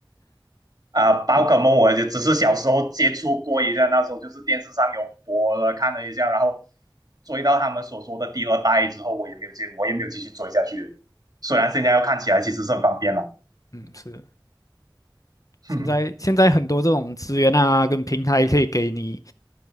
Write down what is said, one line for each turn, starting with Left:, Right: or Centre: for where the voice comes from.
Right: 啊，宝可梦我就只是小时候接触过一下，
Left: 对
Right: 那时候就是电视上有播了看了一下，然后追到他们所说的第二代之后，我也没有接我也没有继续追下去了虽然现在要看起来其实是很方便了。
Left: 嗯，是，现在现在很多这种资源啊，
Right: <laughs>
Left: 跟平台可以给你。